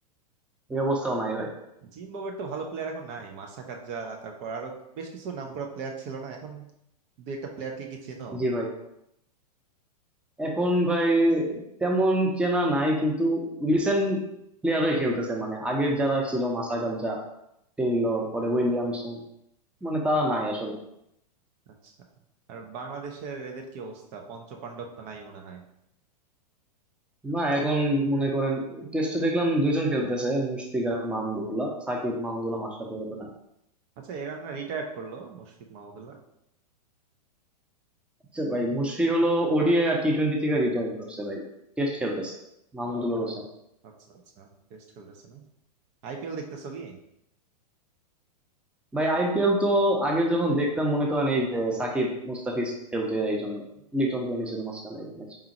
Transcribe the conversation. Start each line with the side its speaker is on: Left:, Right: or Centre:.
Centre: এই অবস্থাও নাই ভাই
Right: জিম্বাবুয়ের তো ভালো প্লেয়ার এখন নাই মাসাকাদজা তারপর আরো বেশ কিছু নামকরা প্লেয়ার ছিল না এখন দু একটা প্লেয়ারকে কি চেনো
Centre: জি ভাই এখন ভাই তেমন চেনা নাই কিন্তু রিসেন্ট প্লেয়াররাই খেলতেছে মানে আগের যারা ছিল মাসাকাদজা টেইলর পরে উইলিয়ামসন মানে
Right: ও,
Centre: তারা নাই আসলে
Right: আচ্ছা আর বাংলাদেশের এদের কি অবস্থা পঞ্চপাণ্ডব তো নাই মনে হয়
Centre: না এখন মনে করেন টেস্টে দেখলাম দুইজন খেলতেছে মুশফিক আর মাহমুদুল্লাহ সাকিব মাহমুদুল্লাহ মাশরাফি এরকম না
Right: আচ্ছা এরা না রিটায়ার্ড করলো মুশফিক মাহমুদুল্লাহ
Centre: আচ্ছা ভাই মুশফিক হলো ওডিআই আর টি টোয়েন্টি থেকে রিটায়ার করছে ভাই টেস্ট খেলতেছে মাহমুদুল্লাহ
Right: ও
Centre: হোসেন
Right: আচ্ছা আচ্ছা টেস্ট খেলতেছে না আইপিএল দেখতেছো কি
Centre: ভাই আইপিএল তো আগে যখন দেখতাম মনে করেন এই যে সাকিব মুস্তাফিজ খেলতো এর এই জন্য লিটন কেমনি ছিল মাঝখানে এক ম্যাচ